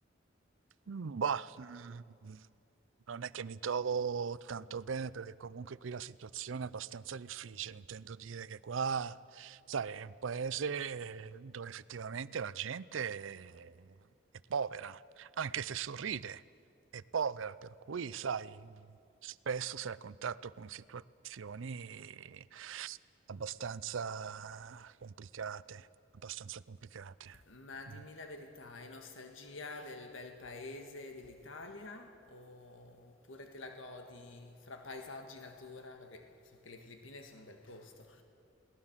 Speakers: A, on the right; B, on the left.
A: Mm, Bah, mm, non è che mi trovo tanto bene perché comunque qui la situazione è abbastanza difficile. Intendo dire che qua, sai, è un paese dove effettivamente la gente è, è povera, anche se sorride è povera, per cui, sai, spesso sei a contatto con situazioni abbastanza complicate, abbastanza complicate.
B: Ma dimmi
A: Mm.
B: la verità, hai nostalgia del bel paese dell'Italia? Oppure te la godi fra paesaggi e natura? Perché so che le Filippine sono un bel posto.